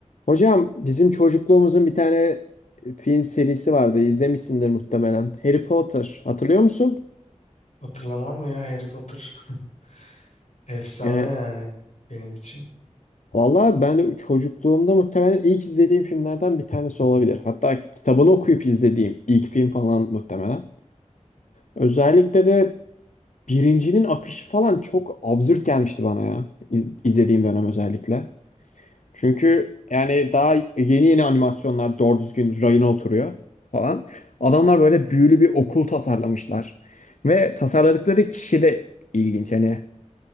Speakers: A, on the left; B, on the left.
A: Hocam bizim çocukluğumuzun bir tane e, film serisi vardı. İzlemişsindir muhtemelen. Harry Potter. Hatırlıyor musun?
B: Hatırlamam mı ya Harry Potter? <laughs> Efsane
A: Yani
B: yani benim için.
A: vallahi ben de çocukluğumda muhtemelen ilk izlediğim filmlerden bir tanesi olabilir. Hatta kitabını okuyup izlediğim ilk film falan muhtemelen. Özellikle
B: Hı
A: de birincinin akışı falan çok absürt gelmişti bana ya. İz- izlediğim dönem özellikle. Çünkü yani daha yeni yeni animasyonlar doğru düzgün rayına oturuyor falan. Adamlar böyle
B: hı.
A: büyülü bir okul tasarlamışlar. Ve tasarladıkları kişi de ilginç. Hani